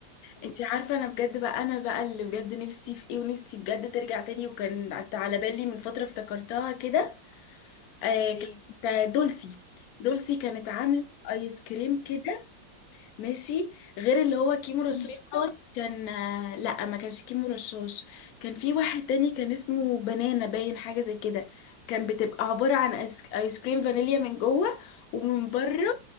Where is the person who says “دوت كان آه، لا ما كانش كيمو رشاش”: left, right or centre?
Left